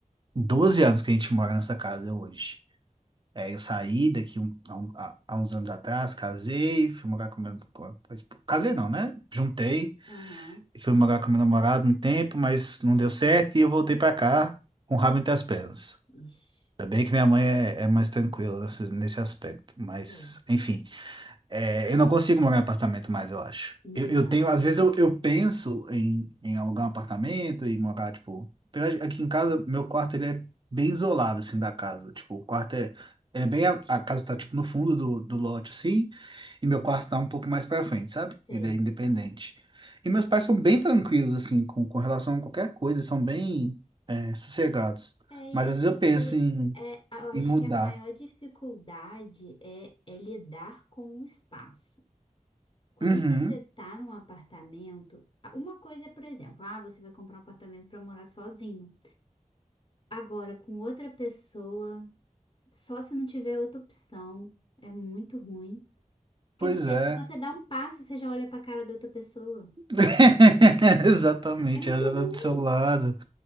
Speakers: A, on the right; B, on the left.
A: doze anos que a gente mora nessa casa hoje. É, eu saí daqui um- há, um- há- há uns anos atrás, casei, fui morar com meu... com a- Casei não, né? Juntei,
B: Aham.
A: fui morar com meu namorado um tempo, mas não deu certo e eu voltei pra cá com o rabo entre as pernas.
B: Ixi,
A: Ainda bem que minha mãe é, é mais tranquila nesse, nesse aspecto, mas
B: É.
A: enfim. É, eu não consigo morar em apartamento mais, eu acho.
B: Não,
A: Eu, eu tenho, às vezes eu, eu penso em, em alugar um apartamento e morar, tipo. apesar de- Aqui em casa, meu quarto ele é bem isolado, assim, da casa. Tipo, o quarto é. Ele é bem. A, a casa tá, tipo, no fundo do, do lote, assim. E meu quarto tá um pouco mais pra frente, sabe?
B: sei.
A: Ele é independente. E meus pais são bem tranquilos, assim, com, com relação a qualquer coisa. São bem, é, sossegados.
B: É,
A: Mas
B: e aí
A: às
B: você,
A: vezes eu penso em,
B: é, eu acho
A: em mudar.
B: que a maior dificuldade é, é lidar com o espaço. Quando
A: Uhum,
B: você tá num apartamento, a- uma coisa é, por exemplo, ah, você vai comprar um apartamento para morar sozinho. Agora, com outra pessoa Só se não tiver outra opção. É muito ruim. Porque
A: pois
B: você,
A: é.
B: você dá um passo, você já olha pra cara da outra pessoa.
A: <laughs> Exatamente,
B: É muito
A: ela já
B: ruim.
A: tá do seu lado.